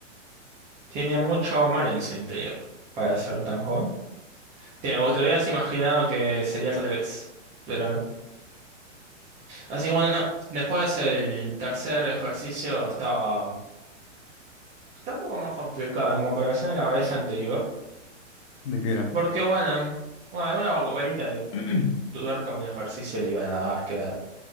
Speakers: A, on the right; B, on the left.
A: Tiene mucho mal en su interior para ser tan joven. Te, te hubieras imaginado que sería al revés, pero no. Así que bueno, no. Después el tercer ejercicio estaba Está un poco más complicado en comparación a la vez anterior,
B: ¿De qué era?
A: porque bueno, bueno, alguna vuelta de
B: <clears throat>
A: tuerca, un ejercicio le iban a dar, que era-